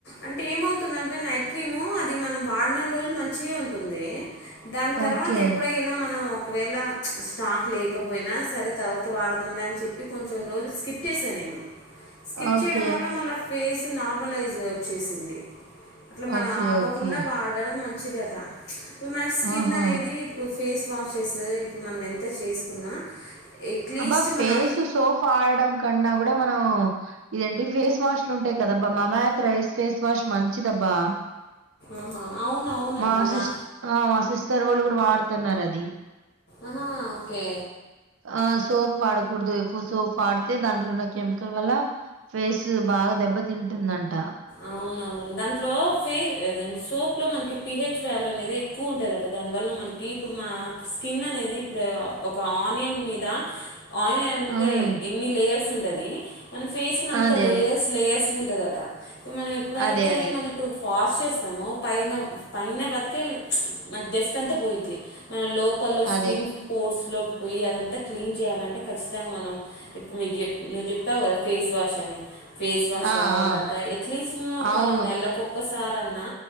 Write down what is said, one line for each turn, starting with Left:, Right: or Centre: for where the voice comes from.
Left: అంటే ఏమవుతుందంటే నైట్ క్రీము అది మనం వాడినన్ని రోజులు మంచిగే ఉంటుంది దాని తర్వాత
Right: ఓకే.
Left: ఎప్పుడైనా మనం ఒ ఒకవేళ స్టాక్ లేకపోయినా సరే తర్వాత వాడ్దాంలే అని చెప్పి కొంచెం రోజులు స్కిప్ చేశా నేను స్కిప్
Right: ఓకే.
Left: చేయడం వల్ల మళ్ళా ఫేస్ నార్మలైజ్ వచ్చేసింది అట్లా మనం
Right: ఓకే.
Left: ఆపకుండా
Right: ఓకే.
Left: వాడడం మంచి చిధద మన స్కిన్
Right: ఆహా!
Left: అనేది ఇప్పు ఫేస్ వాషెస్ ఇప్పుడు మనం ఎంత చేసుకున్నా అట్లీస్ట్
Right: అమ్మ ఫేస్
Left: మన
Right: సోఫ్ ఆడడం కన్నా కూడా మనం ఇదెంటి ఫేస్ వాష్ లు ఉంటాయి కదబ్బా మమాత్ రైస్ ఫేస్ వాష్ మంచిదబ్బా
Left: ఆహా, అవును అవునబ్బా
Right: మా
Left: నా
Right: సిస్ మా సిస్టర్ వాళ్ళు కూడా వాడుతున్నారు అది దీ
Left: ఆహా ఓకే
Right: ఆ సోప్ వాడకూడదు ఎక్కువ సోప్ వాడితే దాంట్లో ఉన్న కెమికల్ వల్ల ఫేస్ బాగ దెబ్బతింటుందంట
Left: అవునవును దాంట్లో ఫేస్ ఎదన్ సోప్ ఒంట్లో మనకి పిహెచ్ వ్యాల్యూ అనేది ఎక్కువ ఉంటదట దానివల్ల మనకి ఇప్పుడు మన స్కిన్ అనేది ఇప్పుడు ఒక ఆనియన్ మీద ఆనియన్ అంటే
Right: హ్మ్.
Left: ఎన్ని లేయర్స్ ఉ ఉంటది మన ఫేస్ కూడా అంత
Right: అదే.
Left: లేర్స్
Right: అదే.
Left: లేయర్స్ ఉంటుదట మనం ఎప్పుడైతే
Right: అదే. అదే.
Left: మన ఇప్పుడు వాస్ చేస్తాము పైన పైన వరకే మన డస్ట్ అంతా పోయిద్ది మన లోపల్లో
Right: అదే.
Left: స్కిన్ పోర్సులో పోయ అదంతా క్లీన్ చేయాలంటే ఖచ్చితంగా మనం ఇప్పుడు చె నువ్వు చెప్పావు కదా ఫేస్ వాష్ అని ఫేస్ వాష్
Right: ఆ!
Left: వాడాలన్
Right: ఆ!
Left: ఎట్లీస్ట్ ఒక
Right: అవును.
Left: నెల కొక్క సారన్నా